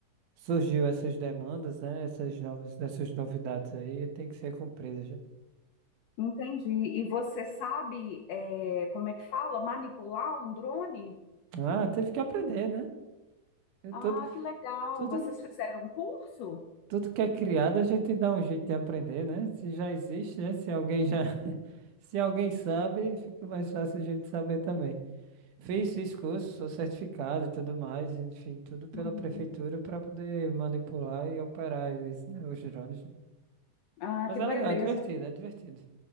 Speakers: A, on the right; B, on the left.
A: surgiu essas demandas, né? Essas novas, essas novidades aí, tem que ser cumpridas. já.
B: Entendi. E você sabe, é, como é que fala? Manipular um drone?
A: Ah, teve que aprender, né? Eu
B: Ah,
A: tô-
B: que legal.
A: tudo,
B: Vocês fizeram um curso?
A: Tudo que é criado, a gente dá um jeito de aprender, né? Se já existe, né? Se alguém já. <laughs> Se alguém sabe, fica mais fácil a gente saber também. Fiz, fiz curso, sou certificado e tudo mais, enfim, tudo pela
B: Uhum.
A: prefeitura para poder manipular e operar eles, né? Os drones. né?
B: Ah,
A: Mas
B: que
A: é
B: beleza.
A: legal, é divertido, é divertido.